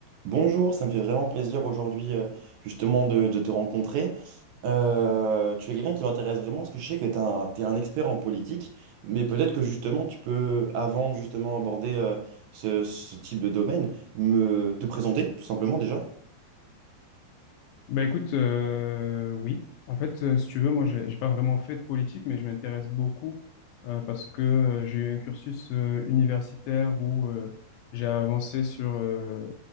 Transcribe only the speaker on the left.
Ben écoute, euh, oui. En fait, euh, si tu veux, moi, j'ai j'ai pas vraiment fait de politique, mais je m'intéresse beaucoup euh, parce que euh, j'ai eu un cursus euh, universitaire où euh, j'ai avancé sur. euh,